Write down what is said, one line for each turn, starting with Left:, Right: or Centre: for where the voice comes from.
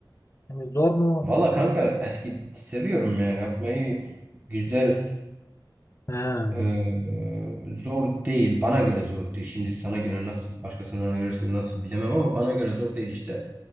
Left: Yani zor mu?
Right: Valla kanka eski seviyorum ya yapmayı güzel
Left: Ha.
Right: Ee, zor değil. Bana göre zor değil. Şimdi sana göre nasıl, başkasına göre nasıl bilemem ama bana göre zor değil. İşte